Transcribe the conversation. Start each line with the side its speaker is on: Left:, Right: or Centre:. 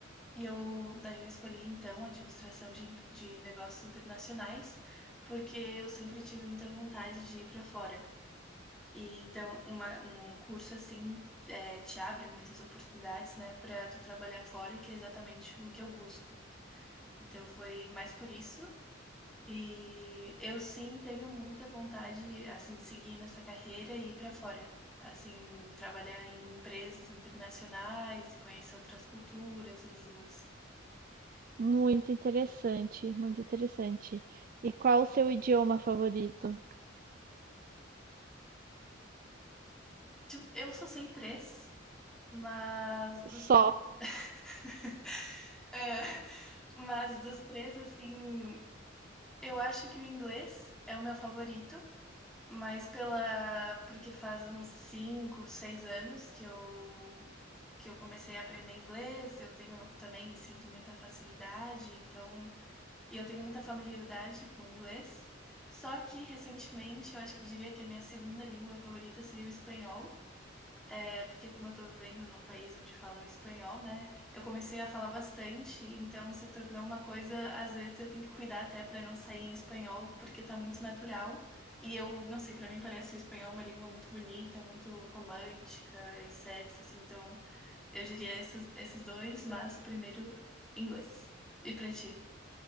Centre: E eu, daí eu escolhi, então, administração de, de negócios internacionais, porque eu sempre tive muita vontade de ir para fora. E então, uma, um curso assim é, te abre muitas oportunidades, né, para tu trabalhar fora, que é exatamente o que eu busco. Então, foi mais por isso. E eu sim tenho muita vontade, assim, de seguir nessa carreira e ir para fora. Assim, trabalhar em empresas internacionais e conhecer outras culturas e línguas.
Right: Muito interessante, muito interessante. E qual o seu idioma favorito?
Centre: Tipo, eu só sei três, mas dos
Right: Só.
Centre: três. <laughs> É, mas dos três, assim, eu acho que o inglês é o meu favorito, mas pela. Porque faz uns cinco, seis anos que eu. Que eu comecei a aprender inglês, eu tenho também sinto muita facilidade, então e eu tenho muita familiaridade com o inglês. Só que recentemente eu acho que diria que a minha segunda língua favorita seria o espanhol. É porque como eu tô vivendo num país onde falam espanhol, né? Eu comecei a falar bastante, então se tornou uma coisa, às vezes eu tenho que cuidar até para não sair em espanhol, porque tá muito natural. E eu não sei, para mim parece o espanhol uma língua muito bonita, muito romântica e sexy, assim. Então, eu diria esses, esses dois, mas primeiro inglês. E pra ti?